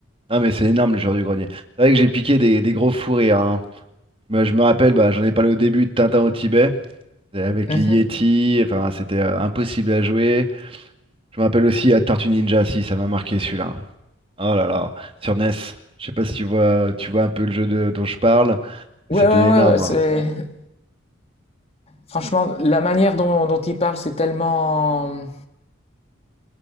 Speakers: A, on the right (about 25°); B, on the left (about 30°).
A: Ah mais c'est énorme le joueur du grenier. C'est vrai que j'ai piqué des, des gros fous rires, hein. Bah, je me rappelle, bah, j'en ai parlé au début de Tintin au Tibet. Et Avec
B: <laughs>
A: les Yeti, enfin, c'était euh, impossible à jouer. Je me rappelle aussi à Tortue Ninja, si ça m'a marqué celui-là. Oh là là, sur NES. Je sais pas si tu vois, euh, tu vois un peu le jeu de- dont je parle, mais
B: Ouais,
A: c'était
B: ouais, ouais,
A: énorme.
B: ouais, c'est
A: hein.
B: franchement la manière dont, dont il parle, c'est tellement,